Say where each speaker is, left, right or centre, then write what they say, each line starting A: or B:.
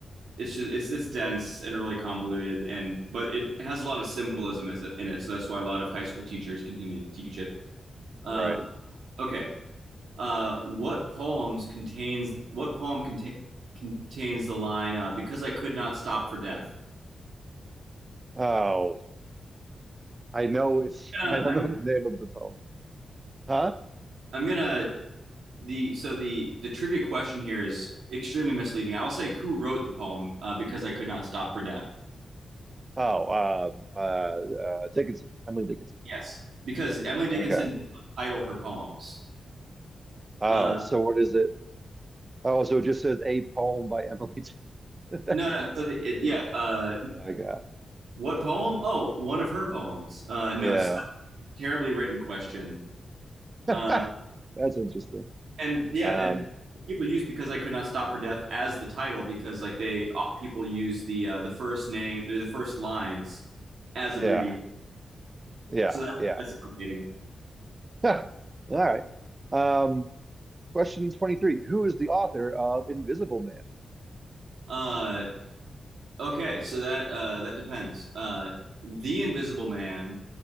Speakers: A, on the right; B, on the right.
A: it's just it's it's dense and really convoluted and but it has a lot of symbolism as it, in it so that's why a lot of high school teachers continue to teach it uh,
B: right.
A: okay uh, what poems contains what poem contain contains the line uh, because i could not stop for death
B: Oh, I know it's.
A: I'm
B: <laughs> I don't
A: I'm,
B: know the name of the poem. Huh?
A: I'm gonna the so the the trivia question here is extremely misleading i will say who wrote the poem uh, because i could not stop for death
B: Oh, um, uh, uh, Dickinson. Emily Dickinson.
A: yes because emily dickinson
B: Okay.
A: did not title her poems
B: Oh,
A: uh,
B: so what is it? Oh, so it just says a poem by Emily. <laughs> That's,
A: no no so the, it, yeah uh,
B: I got,
A: What poem? Oh, one of her poems. Uh,
B: yeah.
A: no, it's not a terribly written question.
B: <laughs> That's
A: Uh,
B: interesting.
A: and yeah,
B: Um,
A: and people use because I could not stop for death as the title because like they uh, people use the uh, the first name the first lines as abbreviation.
B: yeah, yeah,
A: So that,
B: yeah.
A: that's complicating.
B: <laughs> All right. Um, question 23. Who is the author of Invisible Man?
A: Uh, okay, so that uh, that depends. Uh, the Invisible Man